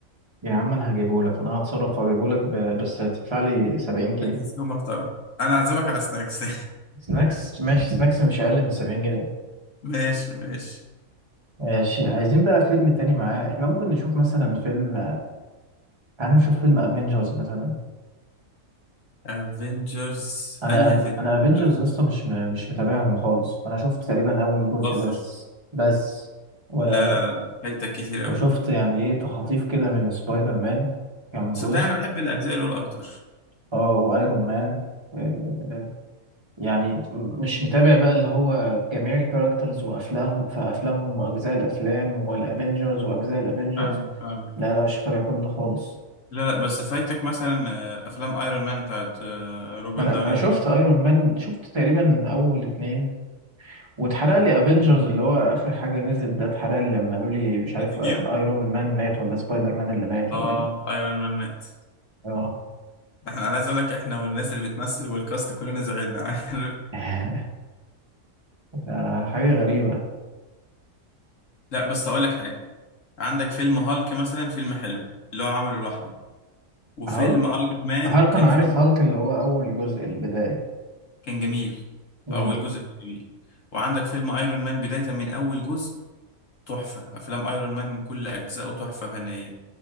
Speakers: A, on the right; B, on the left.
A: يا عم انا هجيبهولك انا هتصرف واجيبهولك ب- بس هتدفع لي 70 جنيه
B: التلفزيون محترم انا هعزمك على سناكس
A: سناكس ماشي سناكس مش اقل من 70 جنيه
B: <laughs> ماشي ماشي
A: ماشي عايزين بقى فيلم تاني معاه احنا ممكن نشوف مثلا فيلم تعال نشوف فيلم افنجرز مثلا
B: افنجرز
A: انا
B: انهي افنجرز
A: انا افنجرز
B: انا
A: يا اسطى مش م... مش متابعهم خالص انا شفت تقريبا اول جزء
B: بهزر
A: بس بس ولا
B: لا لا لا فايتك كتير
A: وشفت
B: قوي
A: يعني ايه تخاطيف كده من سبايدر مان كام
B: صدقني
A: جزء
B: انا بحب الاجزاء الاولى اكتر
A: اه وايرون مان آه، يعني م- مش متابع بقى اللي هو جميع الكاركترز وافلامهم في افلامهم واجزاء الافلام والافينجرز واجزاء الافينجرز
B: فاهمك فاهمك
A: لا لا مش متابع كل ده خالص
B: لا لا بس فايتك مثلا آه، افلام ايرون مان بتاعت آه، روبرت
A: ما انا
B: داوني
A: انا
B: جونيور
A: شفت ايرون مان شفت تقريبا اول اتنين واتحرق
B: لا لا
A: لي افينجرز اللي هو اخر حاجه نزلت ده اتحرق لي لما قالوا لي مش عارف
B: اند
A: ايرون
B: جيم
A: مان مات ولا سبايدر مان اللي مات
B: اه
A: ولا ايه
B: ايرون مان مات
A: اه
B: احنا انا عايز اقول لك احنا والناس اللي بتمثل والكاست كلنا زعلنا <laughs> عارف
A: <laughs> ده حاجه غريبه
B: لا بس اقول لك حاجه عندك فيلم هالك مثلا فيلم حلو اللي هو عمله لوحده وفيلم
A: هالك
B: ايرون مان
A: هالك
B: كان
A: انا
B: فيلم
A: عارف هالك اللي هو اول جزء البدايه
B: كان جميل
A: امم
B: اول جزء كان جميل وعندك فيلم ايرون مان بدايه من اول جزء تحفه افلام ايرون مان كل اجزائه تحفه فنيه